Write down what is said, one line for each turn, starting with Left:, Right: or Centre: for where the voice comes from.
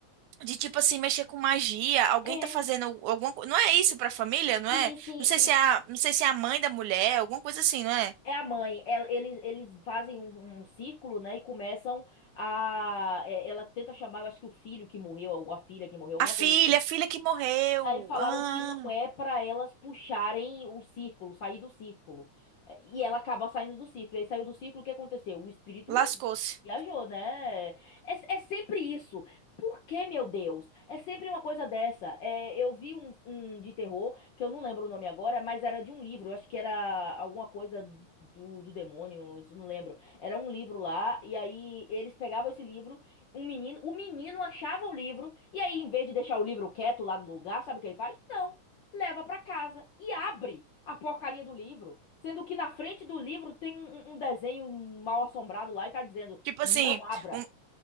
Right: de tipo assim, mexer com magia. Alguém
Left: É,
Right: tá fazendo alguma coisa. Não é isso pra família, não
Left: sim,
Right: é?
Left: sim.
Right: Não sei
Left: E
Right: se é a, não sei se é a mãe da mulher, alguma coisa assim, não é?
Left: é a mãe. Ela- eles, eles fazem um, um círculo, né? E começam a. é, ela tenta chamar, eu acho que o filho que morreu, ou a filha que morreu, alguma
Right: A filha,
Left: coisa assim.
Right: a filha que morreu.
Left: Aí falaram
Right: Ah,
Left: que não é pra elas puxarem o círculo, sair do círculo. Eh, E ela acaba saindo do círculo. Aí saiu do círculo, o que aconteceu? O espírito
Right: lascou-se.
Left: viajou, né? É, é sempre isso. Por que, meu Deus? É sempre uma coisa dessa. É, eu vi um, um de terror, que eu não lembro o nome agora, mas era de um livro. Eu acho que era alguma coisa do, do demônio, isso eu não lembro. Era um livro lá, e aí eles pegavam esse livro. Um menino, o menino achava o livro e aí, em vez de deixar o livro quieto lá no lugar, sabe o que ele faz? Não. Leva pra casa e abre a porcaria do livro, sendo que na frente do livro tem um, um um desenho mal assombrado lá e tá dizendo:
Right: Tipo
Left: "Não
Right: assim,
Left: abra".
Right: um,